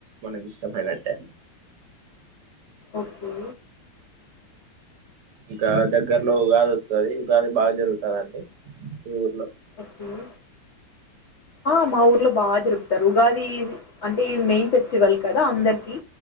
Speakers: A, on the right; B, on the left.
A: మనకి ఇష్టమైనట్టే.
B: ఓకే
A: ఇంకా దగ్గరలో ఉగాది వస్తాది ఉగాది బాగా జరుగుతందండి ఈ ఊర్లో.
B: ఓకే ఆ మా ఊర్లో బా జరుపుతారు. ఉగాది అంటే మెయిన్ ఫెస్టివల్ కథ అందర్కి.